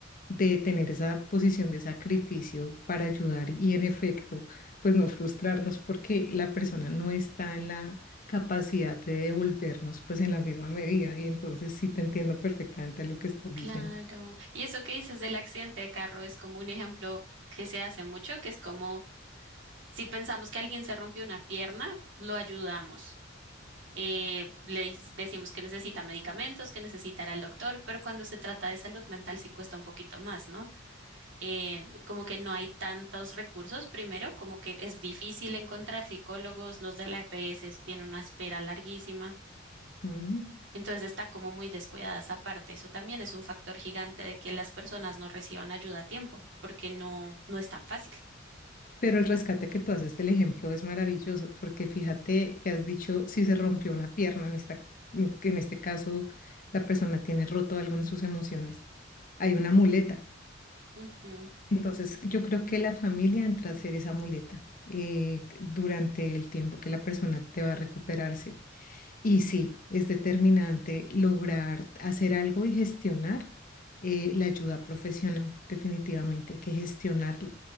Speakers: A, on the left; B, on the right.
A: de tener esa posición de sacrificio para ayudar y en efecto pues no frustrarnos porque la persona no está en la capacidad de devolvernos pues en la misma medida y entonces sí te entiendo perfectamente lo que estás
B: Claro.
A: diciendo.
B: Y eso que dices del accidente de carro es como un ejemplo que se hace mucho, que es como si pensamos que alguien se rompió una pierna, lo ayudamos. Eh, le dec- decimos que necesita medicamentos, que necesitará el doctor, pero cuando se trata de salud mental sí cuesta un poquito más, ¿no? Eh, como que no hay tantos recursos, primero, como que es difícil encontrar psicólogos, los de la EPS tienen una espera larguísima.
A: Ujú.
B: Entonces está como muy descuidada esa parte. Eso también es un factor gigante de que las personas no reciban ayuda a tiempo, porque no, no es tan fácil.
A: Pero el rescate que tú haces del ejemplo es maravilloso porque fíjate que has dicho si se rompió una pierna, en esta, que en este caso la persona tiene roto algo en sus emociones, hay una muleta.
B: Ujú.
A: Entonces yo creo que la familia entra a ser esa muleta eh, durante el tiempo que la persona te va a recuperarse. Y sí, es determinante lograr hacer algo y gestionar eh, la ayuda profesional. Definitivamente hay que gestionarla,